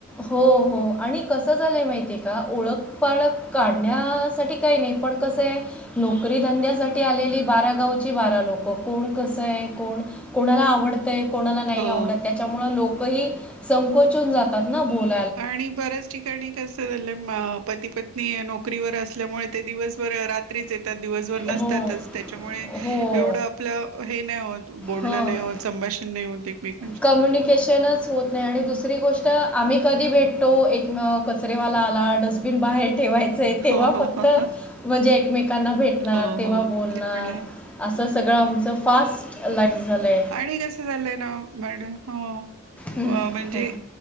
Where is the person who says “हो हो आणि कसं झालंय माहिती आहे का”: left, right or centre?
Centre